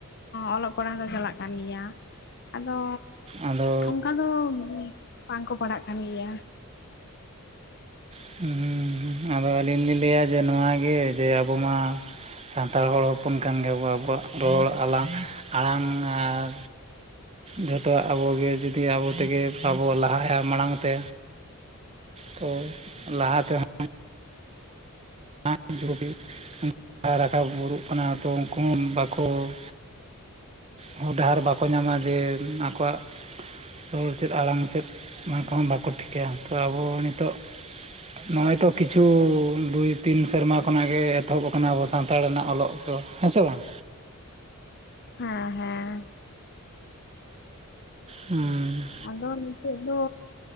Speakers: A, on the left; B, on the right.
A: ᱚᱞᱚᱜ ᱯᱟᱲᱦᱟᱜ ᱫᱚ ᱪᱟᱞᱟᱜ ᱠᱟᱱ ᱜᱮᱭᱟ᱾ ᱟᱫᱚ
B: ᱟᱫᱚ
A: ᱚᱱᱠᱟ ᱫᱚ ᱵᱟᱝᱠᱚ ᱯᱟᱲᱟᱜ ᱠᱟᱱ ᱜᱮᱭᱟ᱾
B: <unintelligible> ᱟᱫᱚ ᱟᱹᱞᱤᱧ ᱞᱤᱧ ᱞᱟᱹᱭᱟ ᱡᱮ ᱱᱚᱣᱟᱜᱮ ᱡᱮ ᱟᱵᱚ ᱢᱟ ᱥᱟᱱᱛᱟᱲ ᱦᱚᱲ ᱦᱚᱯᱚᱱ ᱠᱟᱱ ᱜᱮᱭᱟᱵᱚ ᱟᱵᱚᱣᱟᱜ ᱨᱚᱲ ᱟᱞᱟᱝ ᱟᱲᱟᱝ ᱟᱨ ᱡᱷᱚᱛᱚᱣᱟᱜ ᱟᱵᱚᱜᱮ ᱡᱩᱫᱤ ᱟᱵᱚ ᱛᱮᱜᱮ ᱵᱟᱵᱚ ᱞᱟᱦᱟᱭᱟ ᱢᱟᱲᱟᱝ ᱛᱮ ᱛᱚ ᱞᱟᱦᱟ ᱛᱮᱦᱚᱸ <unintelligible> ᱨᱟᱠᱟᱵᱩᱨᱩᱜ ᱠᱟᱱᱟ ᱛᱚ ᱩᱱᱠᱩ ᱦᱚᱸ ᱵᱟᱠᱚ <inaudible> ᱦᱚᱨ ᱰᱟᱦᱟᱨ ᱵᱟᱠᱚ ᱧᱟᱢᱟ ᱡᱮ ᱟᱠᱚᱣᱟᱜ ᱨᱚᱲ ᱪᱮᱫ ᱟᱲᱟᱝ ᱪᱮᱫ ᱚᱱᱟ ᱠᱚᱦᱚᱸ ᱵᱟᱠᱚ ᱴᱷᱤᱠᱟᱹᱭᱟ ᱛᱚ ᱟᱵᱚ ᱱᱤᱛᱚᱜ ᱱᱚᱜᱼᱚᱭ ᱛᱚ ᱠᱤᱪᱷᱩ ᱫᱩᱭ ᱛᱤᱱ ᱥᱮᱨᱢᱟ ᱠᱷᱚᱱᱟᱜ ᱜᱮ ᱮᱛᱚᱦᱚᱵ ᱟᱠᱟᱱᱟ ᱟᱵᱚ ᱥᱟᱱᱛᱟᱲ ᱨᱮᱱᱟᱜ ᱚᱞᱚᱜ ᱫᱚ ᱦᱮᱸ ᱥᱮ ᱵᱟᱝ
A: ᱦᱮᱸ ᱦᱮᱸ
B: ᱦᱩᱸ
A: ᱟᱫᱚ ᱱᱤᱛᱚᱜ ᱫᱚ